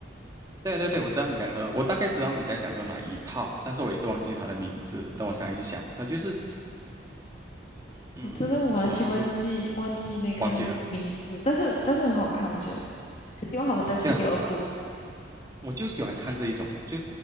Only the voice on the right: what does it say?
对啊对对，我知道你讲的，我大概知道你在讲的哪一套，但是我也是忘记它的名字。等我想一想，它就是，嗯，
是的，我会忘记了。
对啊，我就喜欢看这一种，就